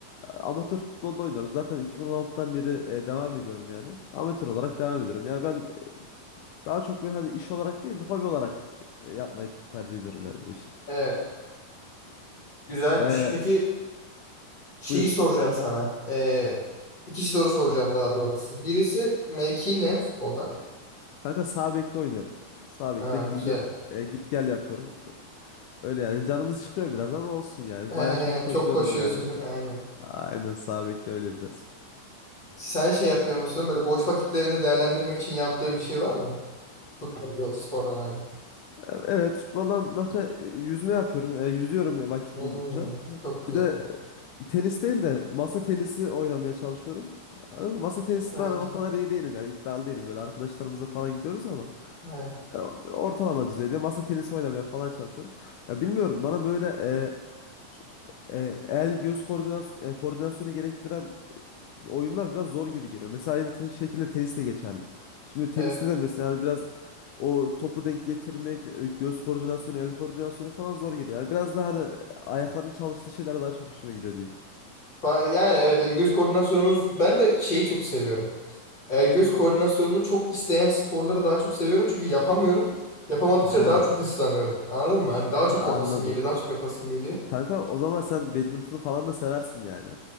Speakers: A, on the left; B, on the left.
A: e, amatör futbolda oynuyorum. Zaten 2016'dan beri e, devam ediyorum yani. Amatör olarak devam ediyorum. Yani ben daha çok böyle hani iş olarak değil, hobi olarak e, yapmayı tercih ediyorum yani bu işi.
B: Evet. Güzelmiş.
A: E,
B: Peki Şeyi
A: buyur.
B: soracağım sana. Ee, iki soru soracağım daha doğrusu. Birisi mevki ne futbolda?
A: Kanka sağ bekte oynuyorum. Sağ
B: Ha,
A: bekte gilge,
B: güzel. <laughs>
A: e, git gel yapıyorum. Öyle yani canımız çıkıyor biraz ama olsun yani.
B: Ha,
A: Bayağı çok
B: yani
A: koşuyoruz
B: çok koşuyorsundur.
A: yani.
B: Aynen.
A: Aynen sağ bekle öyle biraz.
B: Sen şey yapıyor musun? Böyle boş vakitlerini değerlendirmek için yaptığın bir şey var mı? Futbolda, spordan ayrı.
A: E, Evet futboldan başka e, yüzme yapıyorum. E, yüzüyorum e, vakit
B: Hmm,
A: buldukça.
B: çok güzel.
A: Bir de e, tenis değil de masa tenisi oynamaya çalışıyorum. Ama Masa tenisinde
B: Evet,
A: hani o kadar iyi değilim yani iddialı değilim. Böyle arkadaşlarımızla falan gidiyoruz ama
B: evet,
A: e, ortalama düzeyde masa tenisi oynamaya falan çalışıyoruz. Ya bilmiyorum bana böyle e, şu- e, el göz koordinasyon, e, koordinasyonu gerektiren oyunlar biraz zor gibi geliyor. Mesela aynı te- şekilde tenis de geçerli. Şimdi teniste
B: evet.
A: de mesela hani biraz o topu denk getirmek, e, göz koordinasyonu, el koordinasyonu falan zor geliyor. Yani biraz daha hani ayakların çalıştığı şeyler daha çok hoşuma gidiyor diyeyim.
B: Ba- Yani evet el göz koordinasyonunuz ben de şeyi çok seviyorum. El göz koordinasyonunu çok isteyen sporları daha çok seviyorum çünkü yapamıyorum. Yapamadıkça
A: Ha,
B: daha çok hırslanıyorum. Anladın mı? Hani daha
A: <laughs>
B: çok
A: anladım.
B: yapasım geliyor, daha çok yapasım geliyor.
A: Kanka o zaman sen badminton'u falan da seversin yani.